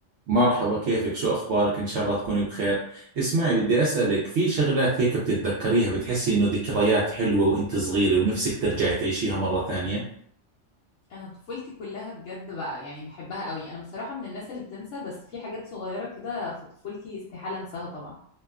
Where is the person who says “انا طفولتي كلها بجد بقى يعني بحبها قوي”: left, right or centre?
Left